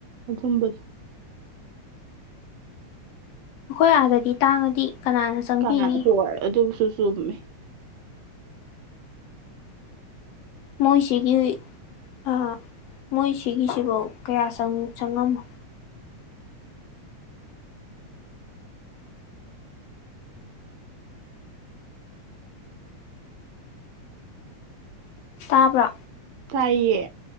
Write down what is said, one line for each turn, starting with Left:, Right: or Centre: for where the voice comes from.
Right: ꯑꯝꯕꯗꯨ
Left: ꯍꯣꯏ ꯑꯥꯗꯗꯤ ꯇꯥꯡꯉꯗꯤ ꯀꯅꯥꯅ ꯆꯪꯕꯤꯅꯤ
Right: ꯀꯅꯥ ꯍꯣꯏ ꯑꯗꯨꯁꯨ ꯆꯨꯝꯃꯤ
Left: ꯃꯍꯣꯏꯁꯤꯒꯤ ꯍꯨꯏ ꯑꯥ ꯃꯣꯏ ꯁꯤꯒꯤꯁꯤꯕꯧ ꯀꯌꯥ ꯆꯪꯉꯝꯃꯣꯏ ꯇꯥꯕ꯭ꯔꯥ
Right: ꯇꯥꯏꯌꯦ